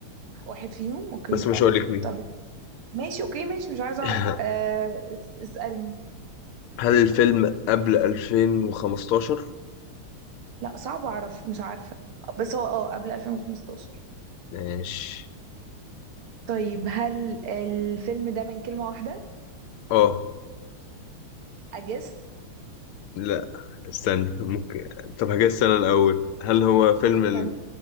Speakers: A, on the right; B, on the left.
A: واحد فيهم أوكي
B: بس مش هقول لك مين
A: طب ماشي أوكي ماشي مش عايزة
B: <laughs>
A: أعرف أه اس- اسألني
B: هل الفيلم قبل 2015؟
A: لا صعب أعرف مش عارفة بس هو أه قبل 2015
B: ماشي
A: طيب هل الفيلم ده من كلمة واحدة
B: اه
A: أجس
B: لا استني ممكن طب هجاز السنة الأول هل هو فيلم
A: جس
B: ال...
A: أنت.